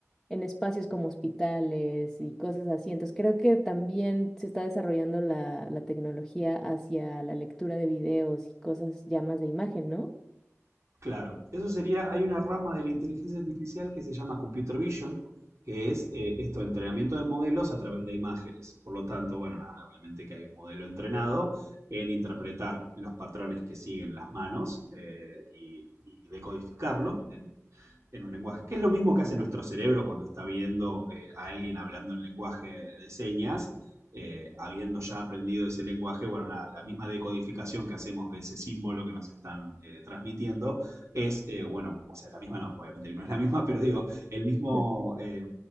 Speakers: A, in the centre; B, on the right.
A: en espacios como hospitales y cosas así. Entonces creo que también se está desarrollando la, la tecnología hacia la lectura de videos y cosas ya más de imagen, ¿no?
B: Claro, eso sería, hay una rama de la inteligencia artificial que se llama computer vision, que es eh, esto, entrenamiento de modelos a través de imágenes. Por lo tanto, bueno, nada, obviamente que hay un modelo entrenado en interpretar los patrones que siguen las manos eh, y, y decodificarlo en, en un lenguaje, que es lo mismo que hace nuestro cerebro cuando está viendo eh, a alguien hablando en lenguaje de señas, eh, habiendo ya aprendido ese lenguaje, bueno, nada, la misma decodificación que hacemos de ese símbolo que nos están eh, transmitiendo, es, eh, bueno, o sea, la misma no, obviamente que no es la misma, pero digo, el mismo,
A: El
B: eh,